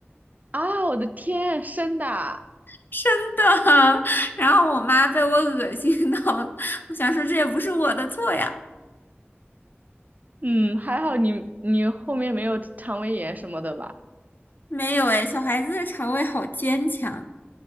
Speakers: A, on the right; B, on the left.
A: 啊！我的天，真的啊
B: <laughs> 真的，<laughs> 然后我妈被我恶心到了，我想说这也不是我的错呀，
A: 嗯，还好你你后面没有肠胃炎什么的吧？
B: 没有哎，小孩子的肠胃好坚强。